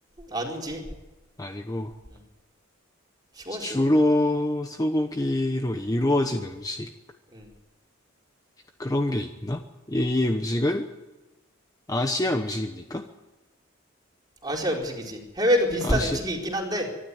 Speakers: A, on the right; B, on the left.
A: 아니지
B: 아니고,
A: 음, 쉬워
B: 주로
A: 쉬워
B: 소고기로 이루어진 음식.
A: 음
B: 그런 게 있나? 이 이 음식은 아시아 음식입니까?
A: 아시아 음식이지 해외도 비슷한
B: 아시아,
A: 음식이 있긴 한데